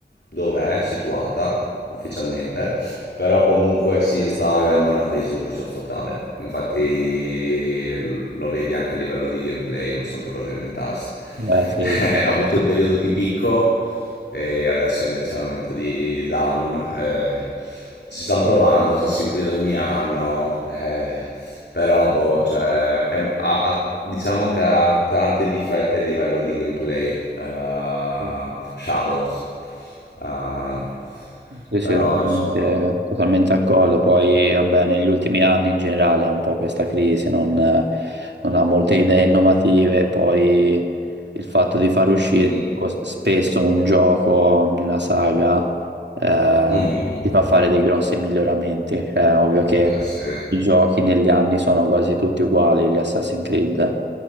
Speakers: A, on the left (about 75°); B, on the right (about 80°).
A: dov'è situata ufficialmente, però comunque si sta vivendo una crisi Ubisoft totale. Infatti l- lo vedi anche a livello di gameplay, non sanno più cosa inventarsi. <laughs>
B: Beh sì. chiaro.
A: Ha avuto il periodo di picco e adesso invece è il momento di Down. eh, ci stanno provando Assassin's Creed ogni anno, eh, però boh, cioè, è- ha- ha- diciamo che ha tanti difetti a livello di gameplay, eh,
B: <laughs>
A: Shadows, eh,
B: Sì,
A: però
B: sì, totalmente,
A: insomma...
B: totalmente d'accordo. Poi, vabbè, negli ultimi anni in generale è un po' questa crisi, non, non ha molte idee innovative. Poi il fatto di far uscire
A: mm, mm,
B: cos- spesso un gioco di una saga eh,
A: mm, mm, mm.
B: ti fa fare dei grossi miglioramenti. Cioè, ovvio che
A: eh sì,
B: i giochi negli anni sono quasi tutti uguali, gli Assassin's Creed.